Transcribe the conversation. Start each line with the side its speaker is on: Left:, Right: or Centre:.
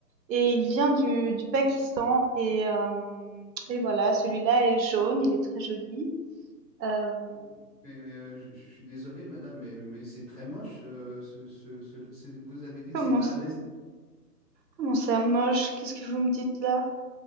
Right: et il vient du du Pakistan et hem et voilà, celui-là est jaune, il est très joli. Hem,
Left: Mais, mais- mais, euh, je, je suis désolé, madame, mais, mais c'est très moche. euh, ce, ce- ce- c'est- vous avez dit
Right: comment
Left: que c'est un lézard.
Right: comment ça moche? Qu'est-ce que vous me dites là?